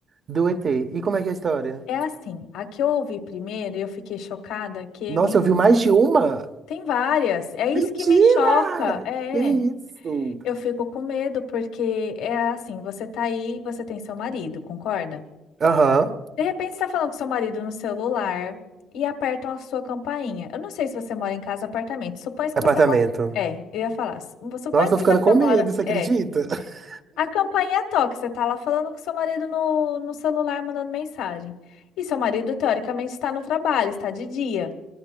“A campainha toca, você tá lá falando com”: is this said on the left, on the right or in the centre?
Left